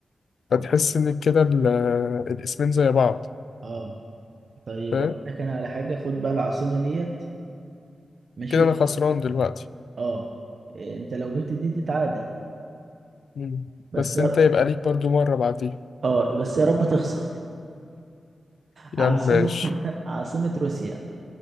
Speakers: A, on the left; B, on the right.
A: فتحس
B: طب-
A: ان كده ال- الاسمين زي بعض
B: اه طيب
A: فاهم
B: أقول لك انا على حاجة خد بقى العاصمة ديت ماشي
A: كده انا خسران دلوقتي
B: اه إيه، انت لو جبت دي تتعادل
A: مم.
B: بس
A: بس
B: يا
A: انت
B: ر-
A: يبقى ليك برضو مرة بعديها
B: اه بس يا رب تخسر
A: يعني
B: عاصمة
A: ماشي
B: <laughs> عاصمة روسيا